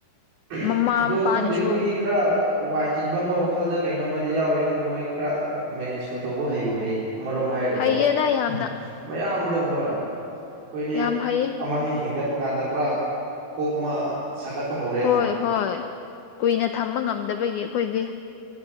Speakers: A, on the right; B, on the left.
A: <unintelligible>
B: ꯃꯃꯥ
A: ꯑꯗꯣ
B: ꯃꯄꯥꯅꯁꯨ
A: ꯈꯪꯗꯦ ꯑꯩꯈꯣꯏꯗꯤ ꯈꯔ ꯋꯥꯏ ꯆꯤꯟꯕ ꯑꯃ ꯋꯥꯈꯜ ꯈꯜꯗ ꯀꯩꯅꯣꯝꯃꯗꯤ ꯌꯥꯎꯏ ꯑꯗꯨ ꯃꯣꯏ ꯈꯔ ꯃꯦꯅꯦꯖꯄꯨ ꯇꯧꯕ ꯍꯩꯕꯨ ꯍꯩꯌꯦ ꯑꯃꯔꯣꯝ ꯍꯥꯏꯔꯗꯤꯀꯣ
B: ꯍꯩꯌꯦꯗ ꯌꯥꯝꯅ
A: ꯍꯥ ꯃꯌꯥꯝꯗꯣ ꯍꯣꯏ ꯑꯩꯈꯣꯏꯗꯤ
B: ꯌꯥꯝ ꯍꯩꯌꯦ
A: ꯑꯃꯩ ꯍꯦꯟꯒꯠꯄ ꯀꯥꯟꯗ ꯄꯨꯔꯥ ꯀꯣꯛ ꯑꯃ ꯁꯥꯒꯠꯄ ꯍꯧꯔꯦꯗꯅ
B: ꯍꯣꯏ ꯍꯣꯏ ꯀꯨꯏꯅ ꯊꯝꯕ ꯉꯝꯗꯕꯒꯤ ꯑꯩꯈꯣꯏꯗꯤ